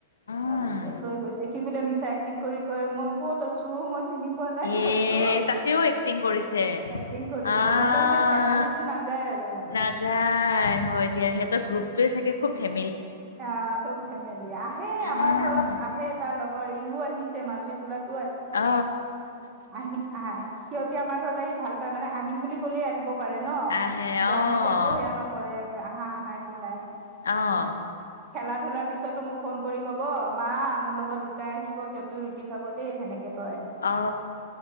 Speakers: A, on the left; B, on the right.
A: উম
B: তাৰ পিছত লৈ গৈছে সি বোলে মিছা এক্টিং কৰি কয় মই ক'ত আছো মই চিনি পোৱা নাই কাকো
A: এ তাতেও এক্টিং কৰিছে
B: এক্টিং কৰিছে
A: আহ।
B: সিহঁতৰ মানে ধেমালিটো নাযায় আৰু মানে
A: নাযায় হয় দিয়া সিহতৰ গ্ৰুপটয়ে চাগে খুব ধেম
B: আহ খুব ধেমেলিয়া আহে
A: উম
B: আমাৰ ঘৰত আহে তাৰ লগৰ এইও আহিছে মাৰ্চিপুলাত
A: অ
B: আহি আহ সিহঁতে আমাৰ ঘৰত আহি ভাল পায় মানে আহিম বুলি কলে আহিব পাৰে ন
A: আহে অ',
B: জ্ঞানেতো একো সেয়া নকৰে আহা - আহা একো নাই।
A: অঁহ
B: খেলা ধূলাৰ পিছতো মোক ফোন কৰি কব মা মোৰ লগত দুটা আহিব সিহতেও ৰুটি খাব দেই সেনেকে। কয়
A: অ,